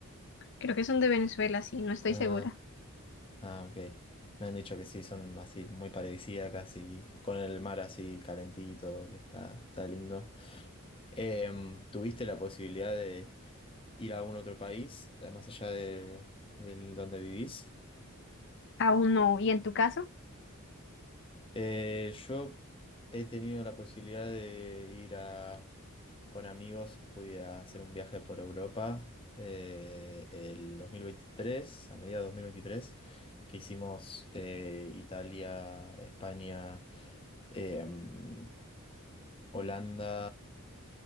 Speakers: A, on the left (about 55°); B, on the left (about 25°).
A: Creo que son de Venezuela, sí, no estoy
B: Ah,
A: segura.
B: ah, ok. Me han dicho que sí, son así muy paradisíacas y con el mar así calentito, que está, está lindo. Em, ¿tuviste la posibilidad de ir a algún otro país, eh, más allá de, del donde vivís?
A: Aún no. ¿Y en tu caso?
B: Eh, yo he tenido la posibilidad de ir a... con amigos pude hacer un viaje por Europa eh, el 2023, a mediados de 2023, que hicimos eh, Italia, España, eh, mm, Holanda